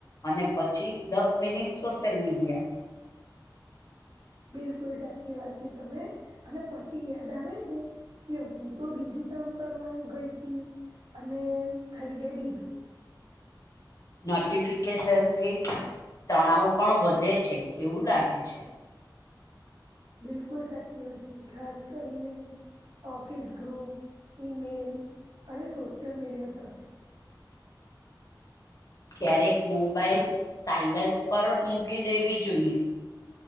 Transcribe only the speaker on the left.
અને પછી દસ મિનિટ સોશિયલ મીડિયા.
નોટિફિકેશન થી તણાવ પણ વધે છે એવું લાગે છે.
ક્યારેક મોબાઈલ સાયલન્ટ પર મૂકી દેવી જોઈએ.